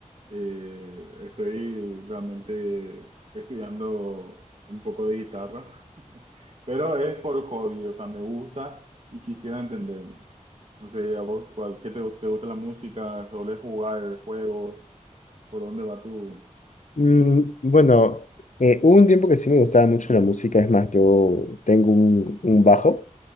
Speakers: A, on the right (about 50°); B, on the left (about 70°).
A: Eh, estoy realmente estudiando un poco de guitarra, <laughs> pero es por hobby, o sea, me gusta y quisiera entender. No sé, a vos, cuál, ¿qué te, gu- te gusta la música? ¿Solés jugar juegos? ¿Por dónde va tu...?
B: Mm, bueno, eh, hubo un tiempo que sí me gustaba mucho la música, es más, yo tengo un, un bajo,